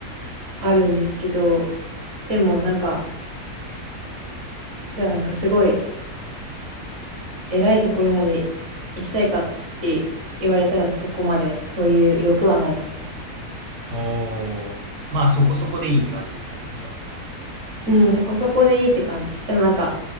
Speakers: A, on the right; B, on the right.
A: あるんですけど、でもなんか、じゃあなんかすごい偉いところまで行きたいかって言われたらそこまでそういう欲はないかもです。
B: おー。まあそこそこでいいって感じですかね、じゃあ。
A: うん、そこそこでいいって感じです。でもなんか、